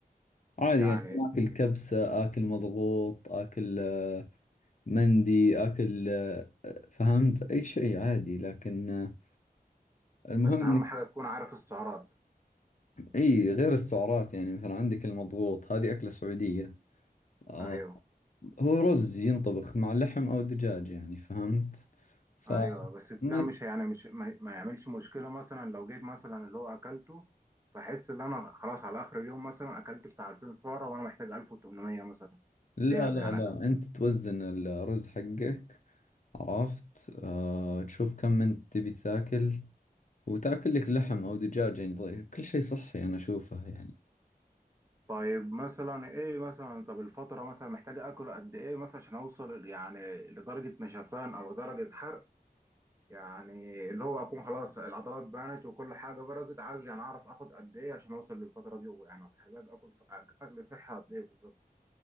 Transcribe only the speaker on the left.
عادي
يعني اكل كبسة اكل مضغوط اكل آه، مندي اكل آه، فهمت اي شيء عادي لكن آه، المهم
اي غير السعرات يعني مثلا عندك المضغوط هذه أكلة سعودية آه
هو رز ينطبخ مع لحم أو دجاج يعني فهمت ف
ما
لا
لا
لا
أنت توزن الرز حقك عرفت آه تشوف كم أنت تبي تاكل وتاكل لك لحم أو دجاج يعني ضي- كل شيء صحي أنا أشوفه يعني